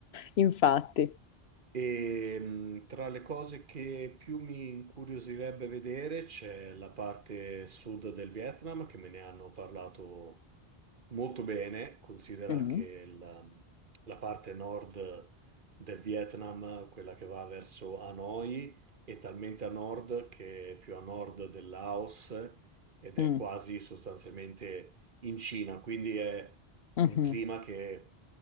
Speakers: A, on the left; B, on the right.
A: infatti.
B: E mh, tra le cose che più mi incuriosirebbe vedere c'è la parte sud del Vietnam, che me ne hanno parlato molto bene, considera
A: Mm.
B: che il- la parte nord del Vietnam, quella che va verso Hanoi, è talmente a nord che è più a nord del Laos ed
A: Mm.
B: è quasi sostanzialmente in Cina, quindi è
A: Mhm.
B: un clima che